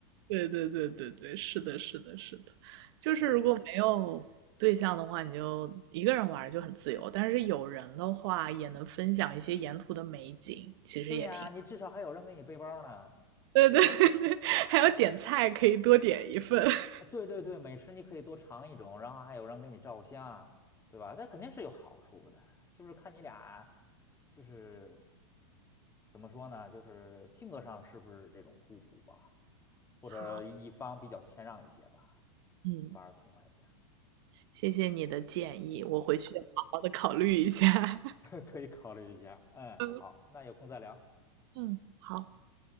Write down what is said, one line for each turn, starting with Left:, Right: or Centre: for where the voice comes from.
Right: 对对对对对，是的，是的，是的，就是如果没有对象的话，
Left: 对
Right: 你就一个人玩儿就很自由，但是有人的话，也能分享一些沿途的美景，其实也
Left: 对呀，你至少还有人给你背包呢。
Right: 对对对对，<laughs> 还有点菜可以多点一份。<laughs>
Left: 啊，对对对，美食你可以多尝一种，然后还有人给你照相，对吧？这肯定是有好处的，就是看你俩，就是怎么说呢，就是性格上是不是这种互补吧，或者一方比较谦让一些吧，
Right: 好，嗯，
Left: 玩的痛快一点
Right: 谢谢你的建议，我回去好好的考虑一下。<laughs>
Left: 儿 <laughs> 可以考虑一下。嗯，
Right: 嗯
Left: 好，那有空再聊。
Right: 嗯，好。
Left: 啊。